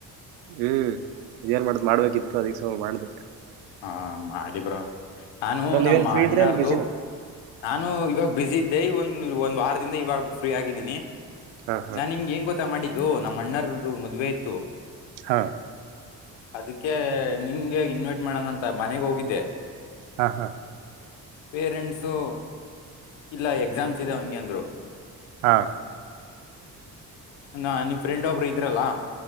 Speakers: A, on the right (about 80°); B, on the left (about 75°).
A: ಹ್ಮ್ ಇದೇನ್ ಮಾಡ್ದ ಮಾಡ್ಬೇಕಿತ್ತು ಅದಕ್ಕೆ ಸ ಮಾಡ್ದ
B: ಹಾ ಮಾಡಿಬ್ರ ನಾನು
A: ಬ್ರೋ ನೀವೇನ್
B: ನಮ್ಮ
A: ಫ್ರೀ
B: ಅಣ್ಣಾರದುು
A: ಇದ್ರೆ ಏನ್ ಬಿಸಿನ
B: ನಾನು ಇವಾಗ ಬಿಸಿ ಇದ್ದೆ ಒಂದ ಒಂದ್ ವಾರದಿಂದ ಇವಾಗ ಫ್ರೀ ಆಗಿದ್ದೀನಿ
A: ಹಾ ಹಾ
B: ನಾ ನಿಮ್ಗೆ ಂಗ್ ಗೊತ್ತಾ ಮಾಡಿದ್ದು ನಮ್ಮ ಅಣ್ಣರ್ದ್ದು ಮದ್ವೆ ಇತ್ತು
A: ಹಾಂ
B: ಅದಕ್ಕೆ ನಿಮ್ಗೆ ಇನ್ವೈಟ್ ಮಾಡೋಣಂತ ಮನೆಗೆ ಹೋಗಿದ್ದೆ
A: ಹಾ ಹಾ
B: ಪೇರೆಂಟ್ಸು ಇಲ್ಲ ಎಕ್ಸಾಮ್ಸ್ ಇದದೆ ಅವನ್ಗೆ ಅಂದ್ರು
A: ಹಾ
B: ನ ನಿಮ್ ಫ್ರೆಂಡ್ ಒಬ್ರು ಇದ್ರಲ್ಲಾ